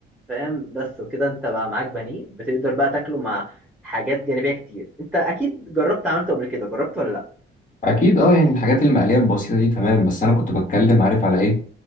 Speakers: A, in the centre; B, on the left.
A: فاهم بس وكده انت بقى معاك بانيه بتقدر بقى تاكله مع حاجات جانبية كتير انت اكيد جربت عملته قبل كده جربت ولا لا
B: اكيد اه يعني الحاجات المقليه البسيطه دي تمام بس انا كنت بتكلم عارف على ايه